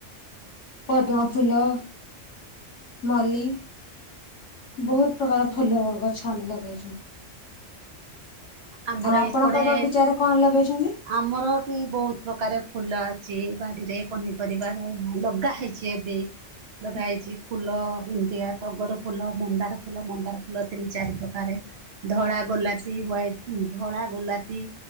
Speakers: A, on the left; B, on the right.
A: ପଦ୍ମ ଫୁଲ, ମଲ୍ଲି। ବହୁତ ପ୍ରକାରର ଫୁଲ ଗଛ ଆମେ ଲଗେଇଛୁ।
B: ଆମର
A: ଆଉ ଆପଣଙ୍କ
B: ଏକଡେ
A: ବଗିଚାରେ କଣ ଲଗେଇଛନ୍ତି?
B: ଆମର ବି ବହୁତ ପ୍ରକାର ଫୁଲ ଅଛି ବାଡ଼ିରେ ପନିପରିବାର ହରା ଲଗା ହେଇଛି ଏବେ।
A: <inaudible>
B: ଲଗା ହେଇଛି। ଫୁଲ ଏମିତିକା ଟଗର ଫୁଲ, ମନ୍ଦାର ଫୁଲ, ମନ୍ଦାର ଫୁଲ ତିନି ଚାରି ପ୍ରକାରେ। ଧଳା, ଗୋଲାପି, ହୱାଇଟ୍। ଧଳା, ଗୋଲାପି,